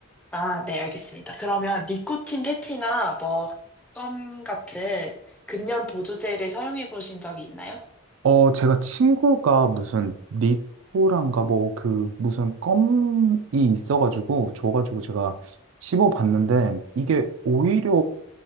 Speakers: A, in the centre; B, on the right.
A: 아, 네, 알겠습니다. 그러면 니코틴 패치나 뭐, 껌 같은 금연 보조제를 사용해 보신 적이 있나요?
B: 어, 제가 친구가 무슨 니코란가 뭐 그 무슨 껌이 있어가지고 줘가지고 제가 씹어봤는데 이게 오히려